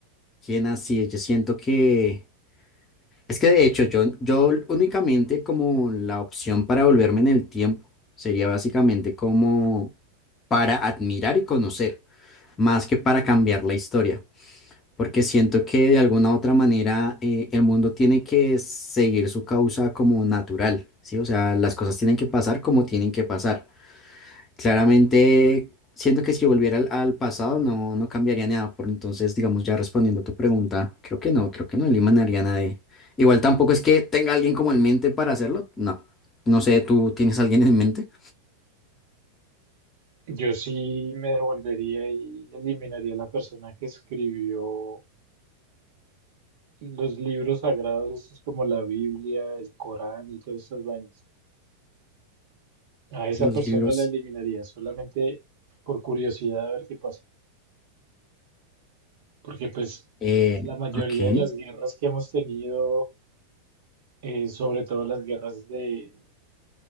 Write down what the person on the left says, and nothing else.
quién así. es. Yo siento que... Es que de hecho yo, yo únicamente como la opción para volverme en el tiempo sería básicamente como para admirar y conocer, más que para cambiar la historia, porque siento que de alguna u otra manera eh, el mundo tiene que seguir su causa como natural, ¿sí? O sea, las cosas tienen que pasar como tienen que pasar. Claramente, siento que si yo volviera al, al pasado no, no cambiaría nada, por entonces, digamos, ya respondiendo a tu pregunta, creo que no, creo que no eliminaría a nadie. Igual tampoco es que tenga alguien como en mente para hacerlo, no. No sé, ¿tú tienes alguien en mente?
Los
libros.
Eh,
ok,